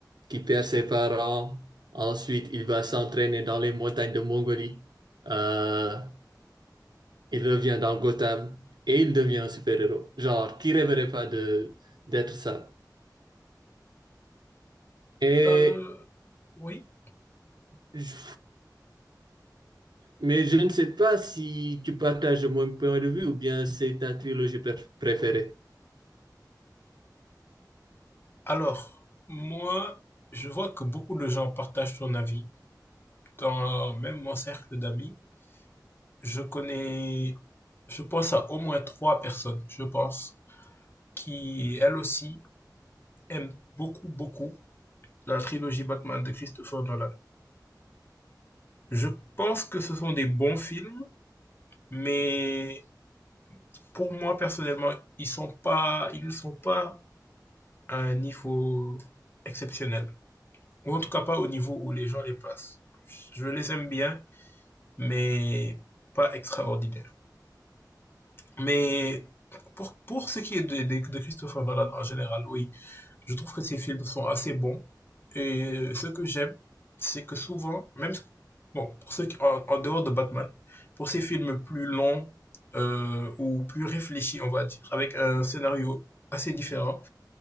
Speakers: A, on the right; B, on the left.
A: qui perd ses parents. Ensuite, il va s'entraîner dans les montagnes de Mongolie. Euh, il revient dans Gotham et il devient un super-héros. Genre, qui rêverait pas de d'être ça? Et
B: Euh, oui,
A: je- mais je ne sais pas si tu partages mon point de vue ou bien c'est ta trilogie préf- préférée.
B: alors, moi, je vois que beaucoup de gens partagent ton avis. Dans même mon cercle d'amis, je connais, je pense à au moins trois personnes, je pense, qui, elles aussi, aiment beaucoup, beaucoup la trilogie Batman de Christopher Nolan. Je pense que ce sont des bons films, mais pour moi, personnellement, ils sont pas, ils ne sont pas à un niveau exceptionnel. Ou en tout cas pas au niveau où les gens les placent. Je les aime bien, mais pas extraordinaire. Mais pour, pour ce qui est de, de, de Christopher Nolan en général, oui, je trouve que ses films sont assez bons. Et ce que j'aime, c'est que souvent, même bon, pour ceux qui, en, en, dehors de Batman, pour ces films plus longs euh, ou plus réfléchis, on va dire, avec un scénario assez différent,